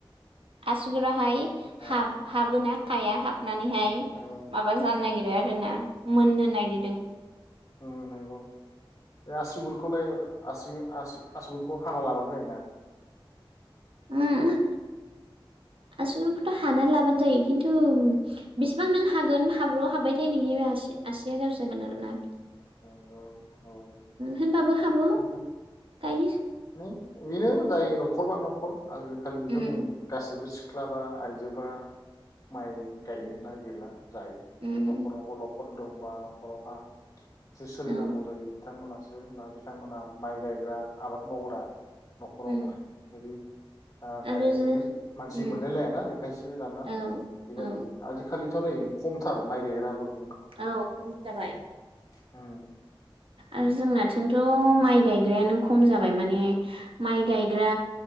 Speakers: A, on the right; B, on the left.
A: आसु गुराहाय
B: औ
A: हाब हाबोना हाया हाब नानैहाय
B: औ
A: माबा जानो नागिरो आर रोना मोननो नागिदो।
B: ओ नोंगौ बे आसुगुरखौलाय आसि आसिग आसुगुरखौ हाना लाबानो जायोना।
A: उम। आसुगुरखौथ हानानै लाबानो जायो। खिन्थु बेसेबां नों हा हागोन हाब्रुआव हाबबायथाय नोंनि बे आसि आसिया गारजि जागोन आरो ना।
B: औ औ
A: होनबाबो हाबो
B: बिद
A: गायो
B: न इनो जायों नखरबा नखर। आलो खालिनथ
A: उम
B: नै गासिबो सि ख्लाबा आइजोफोरा माइ गायनो नागिरला । जाय
A: उम
B: न'खराव अलग दंबा न'खरावहा जो सोलिनांगौ
A: औ
B: जायो थांमोनासो बा बिथांमोनआ माइ गायग्रा आबाद मावग्रा । न'खराव
A: उम
B: इदि ओ
A: आरो
B: गायलायनो मानसि
A: उम
B: मोनलाय लायाना बेखायसो दाना
A: औ
B: बेबायदि
A: औ
B: आजिखालि दाथ' नै खमथार माइ गायग्रायाबो ।
A: औ खम जाबाय
B: उम्म
A: आरो जोंनाथिंथ माइ गायग्रायानो खम जाब माइ माने माइ गायग्रा